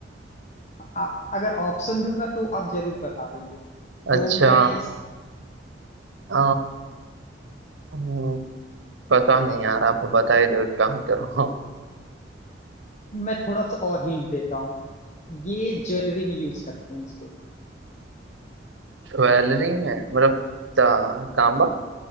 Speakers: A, on the left; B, on the right.
A: आ, अगर ऑप्शन दूंगा तो आप जरूर बता देंगे
B: अच्छा
A: तो मैं इस
B: आ, हम्म, पता नहीं यार आप बता ही दो एक काम करो
A: मैं थोड़ा सा और हिंट देता हूँ ये ज्वेलरी में यूज करते हैं इसको
B: <laughs> ज्वेलरी में मतलब ता, तांबा